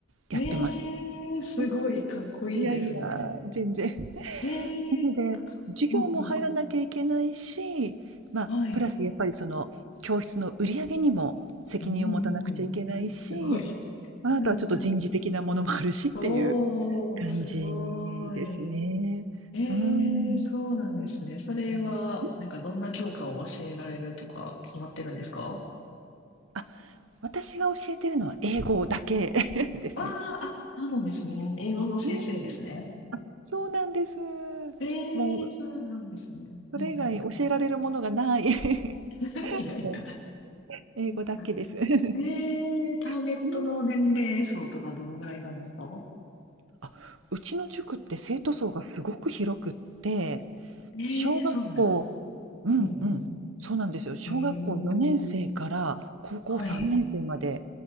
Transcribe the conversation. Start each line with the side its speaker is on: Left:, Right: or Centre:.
Right: やってます。
Left: えー、すごい、
Right: うん、
Left: かっこいいですね。
Right: いやいや、全然。
Left: え
Right: なので、
Left: ー、かかうんうん。
Right: 授業も入らなきゃいけないし、まあ、
Left: はい。
Right: プラスやっぱりその、教室の売り上げにも責任を持たなくちゃいけないし、
Left: うんうん。すごい。
Right: まあ、
Left: うんうん。
Right: あとはちょっと人事的なものもあるしっていう
Left: おー、
Right: 感じですね。
Left: すごい。え
Right: うん。
Left: ー、そうなんですね。それは、
Right: あのうん。
Left: なんかどんな教科を教えられるとか決まってるんですか
Right: あ、私が教えてるのは英語だけ <laughs> ですね。
Left: あーあ、そうなんですね。英語の先生ですね。
Right: うん。あ。そうなんです。
Left: ええそうなんですね。
Right: もうそれ以外教えられるものがない。
Left: うんうん。
Right: <laughs>
Left: <laughs> いやいや。
Right: もう英語だけです。
Left: う
Right: <laughs> う
Left: んええターゲットの年齢層とかどのぐらいなんですか
Right: ん。あ、うちの塾って生徒層がすごく広くって、
Left: ええそうなんですか。
Right: 小学校うんうん。
Left: うん
Right: そうなんですよ。小学校4年生から高校3年生まで
Left: うん。ええはい。